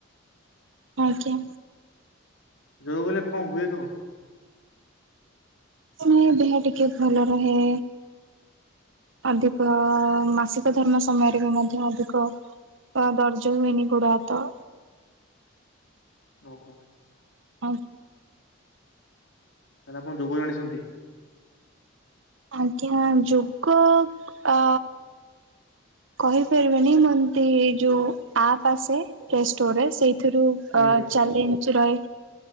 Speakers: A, on the right; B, on the left.
A: ଆଜ୍ଞା
B: ଯୋଗ କଲେ କଣ ହୁଏ କଣ?
A: ମାନେ ଦେହ ଟିକେ ଭଲ ରହେ ଅଧିକ ମାସିକ ଧର୍ମ ସମୟରେ ବି ମଧ୍ୟ ଅଧିକ ଅଁ ଦର୍ଜ ହୁଅନି ଗୋଡହାତ।
B: ଓହୋ
A: ହଉ
B: ସାର୍ ଆପଣ ଯୋଗ ଜଣିଛନ୍ତି
A: ଆଜ୍ଞା ଯୋଗ ଆ କହିପାରିବିନି ମୁଁ ଏମିତି ଯୋଉ ଆପ ଆସେ ପ୍ଲେ ଷ୍ଟୋରରେ ସେଇଥିରୁ
B: ହୁଁ
A: ଅ
B: ହୁଁ
A: ଚାଲେଞ୍ଚେ ରଏ